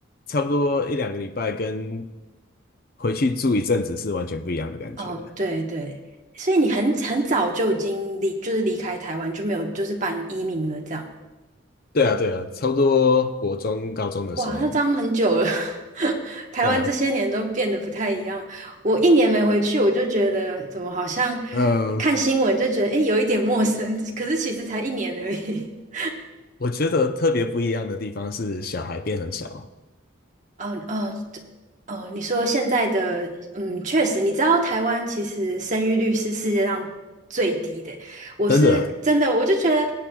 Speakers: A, on the left; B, on the right.
A: 差不多一两个礼拜，跟回去住一阵子是完全不一样的感觉。
B: 哦，对对，所以你很很早就已经离，就是离开台湾，就没有就是办移民了这样。
A: 对啊，对啊，差不多国中、高中的时候，
B: 哇，那这样很久了，<laughs> 台湾这些年都变得不太一样。
A: 对啊，
B: 我一年没回去，我就觉得怎么好像
A: 嗯、
B: 看新闻就觉得诶有一点陌生，<laughs> 可是其实才一年而已。<laughs>
A: 我觉得特别不一样的地方是小孩变很少，
B: 哦哦对，哦，你说现在的，嗯，确实，你知道台湾其实生育率是世界上最低的。我是真的，
A: 真的欸，
B: 我就觉得